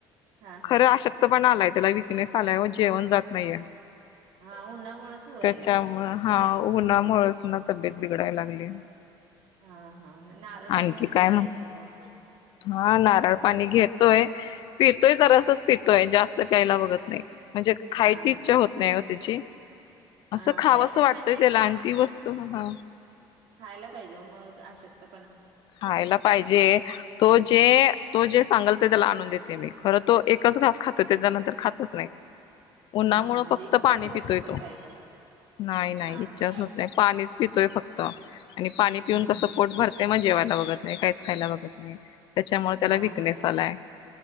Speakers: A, on the right; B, on the left.
A: हा
B: खरं
A: हा
B: अशक्तपणा आलाय, त्याला विकनेस आलाय व जेवण जात नाहीये.
A: हा उन्हामुळेच व्हायला
B: त्याच्यामुळं
A: लागले ते.
B: हा उन्हा मुळसना तब्येत बिघडाय लागली.
A: हा हा म नारळ
B: आणखी
A: पाणी वगैरे
B: काय
A: द्यायचं मग
B: <inaudible> हा नारळ पाणी घेतोय पितोय जरासच पितोय जास्त प्यायला बघत नाही. म्हणजे खायची
A: हा
B: इच्छा
A: हा
B: होत नाही वो त्याची असं
A: अ
B: खावं
A: काहीतरी
B: असं वाटतंय
A: म्हणजे
B: त्याला
A: खा
B: आणि ती वस्तू हा.
A: खायला पाहिजे मग अशक्त
B: खायला पाहिजे तो जे तो जे सांगल. ते त्याला आणून देते मी खरं तो एकच घास खातो त्याच्यानंतर खातच नाही. उन्हामुळं
A: हा हा म्हणजे
B: फक्त
A: इच्छाच
B: पाणी
A: होत
B: पितोय
A: नसेल
B: तो.
A: खायची
B: नाही नाही
A: हा
B: इच्छाच
A: हा
B: होत नाही पाणीच पितोय फक्त आणि पाणी
A: हम्म
B: पिऊन कसं पोट भरतेय म्हणजे जेवायला बघत नाही, काही खायला बघत नाही त्याच्यामुळे त्याला
A: हा
B: विकनेस आलाय.